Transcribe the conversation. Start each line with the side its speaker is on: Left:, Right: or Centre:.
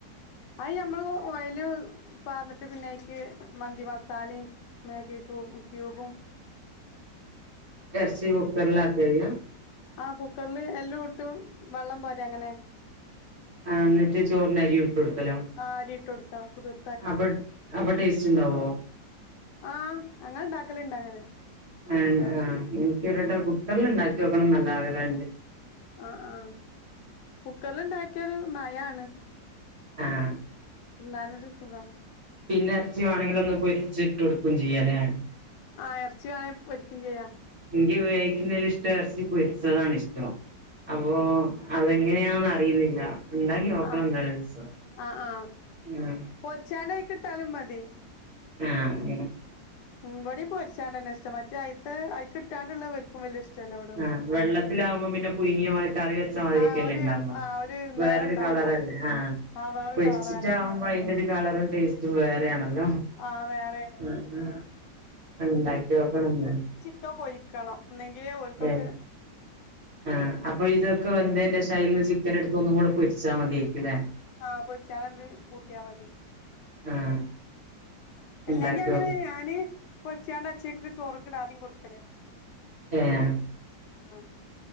Left: അയ് ഞമ്മള് ഓയല് പാർന്നിട്ട് പിന്നെയിക്ക് മന്തി മസാലേം മാഗി ക്യൂ ക്യൂബും
Right: എർച്ചി കുക്കറിലാക്കെയ്യാ?
Left: ആഹ് കുക്കറില് എല്ലാം ഇട്ടും വെള്ളം പാരാ അങ്ങനെ
Right: ആഹ് എന്നിട്ട് ചോറിനരി ഇട്ട് കൊടുക്കലോ
Left: ആ അരിട്ടൊടുക്കാം കുതിർ
Right: അപ്പ അപ്പ ടേസ്റ്റുണ്ടാവോ?
Left: ആഹ് ഞങ്ങള്ണ്ടാക്കലുണ്ട് അങ്ങനെ
Right: അതെയോ. ആഹ് എനിക്കൊരുവട്ടം കുക്കറിൽ ഉണ്ടാക്കി നോക്കണന്ന് നല്ല ആഗ്രഹം ഉണ്ട്.
Left: ആഹ് ആഹ് കുക്കറിൽ ഉണ്ടാക്കിയാൽ ഒരു മയാണ്.
Right: ആഹ്
Left: തിന്നാനൊരു സുഖം.
Right: പിന്നെ എറച്ചി മാണെങ്കിലും ഒന്ന് പൊരിച്ചിട്ട് കൊടുക്കു ചെയ്യാലേ
Left: ആഹ് എറച്ചി മാണെ പൊരിക്കും ചെയ്യാ
Right: ഇ നിക്ക് വേവിക്കുന്നതിലും ഇഷ്ടം എറച്ചി പൊരിച്ചതാണ് ഇഷ്ടം. അപ്പോ അതെങ്ങനെയാന്ന് അറിയുന്നില്ല. ഇ ണ്ടാക്കി നോക്കണം
Left: ആ
Right: എന്തായാലൊരീസം
Left: ആ ആ
Right: ആഹ്
Left: പൊരിച്ചാണ്ട് അയിക്ക് ഇട്ടാലും മതി.
Right: ആഹ് അങ്ങനെ
Left: ഉം ഇവിടിം പൊരിച്ചാണ്ടന്നെ ഇഷ്ടം മറ്റേ അയത്ത് അയിക്കിട്ടാണ്ടുള്ള ഓൽ ക്കും വല്യ ഇഷ്ടല്ല ഇവടെ
Right: ആഹ് വെള്ളത്തിലാവുമ്പോ പിന്നെ പുഴുങ്ങിയ മാ കറി വെച്ചമാതിരിന്നെ
Left: ആ
Right: അല്ലെ
Left: ഒരു
Right: ഇ ണ്ടാവാ
Left: ആ ഒരു
Right: വേറൊരു
Left: നിറം ഉണ്ടാവൂല
Right: കളറല്ലേ ആഹ്
Left: ആ വേറൊരു
Right: പൊരിച്ചിട്ടാകുമ്പോ
Left: കളറാണേ
Right: അതിന്റെ ഇതിന് കളറും ടേസ്റ്റും വേറെയാണല്ലോ
Left: ആഹ് വേറെയാണ്.
Right: ആഹ് ഉണ്ടാക്കി നോക്കണം ഇന്ന്
Left: ക്ക പൊരിക്കണം എന്നെങ്കിലെ ഓൽക്കൊക്കെ
Right: ഏഹ് ആഹ് അപ്പൊ ഇതൊക്കെ വെന്തേനു ശേഷം അയ്ലെ ചിക്കൻ എടുത്തൊന്നും കൂടെ പൊരിച്ചാൽ മതിയേരിക്കുല്ലേ.
Left: ആഹ് പൊരിച്ചാനല് കൂട്ടിയാ മതി.
Right: ആഹ്
Left: അല്ലെങ്കി
Right: ഉണ്ടാക്കി
Left: അങ്ങനെ
Right: നോക്കണം
Left: ഞാന് പൊരിച്ചാണ്ട് അച്ചേക്ക് ചോറൊക്കെ ഇടാതെയും കൊടുക്കലുണ്ട്.
Right: യെഹ്
Left: ആഹ്.